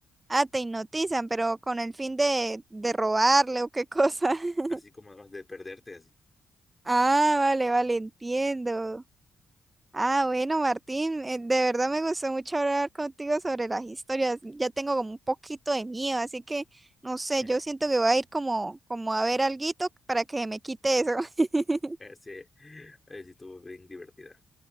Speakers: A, on the right; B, on the left.
A: Ah, te hipnotizan, pero con el fin de, de robarle o qué cosa. <laughs>
B: Así como además de perderte así.
A: Ah, vale, vale, entiendo. Ah, bueno, Martín, eh, de verdad me gustó mucho hablar contigo sobre las historias. Ya tengo como un poquito de miedo, así que no sé,
B: <laughs>
A: yo siento que voy a ir como, como a ver alguito para que me quite eso. <laughs>
B: Sí, así estuvo bien divertida.